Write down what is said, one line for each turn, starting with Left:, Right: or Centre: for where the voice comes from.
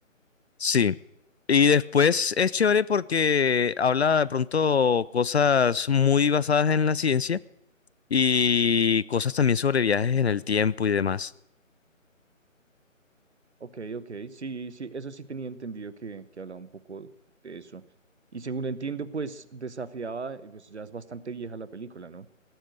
Left: Sí. Y después es chévere porque habla de pronto cosas muy basadas en la ciencia y cosas también sobre viajes en el tiempo y demás.
Right: Ok, ok, sí, sí, eso sí tenía entendido que, que hablaba un poco de eso. Y según entiendo, pues desafiaba, eh, pues ya es bastante vieja la película, ¿no?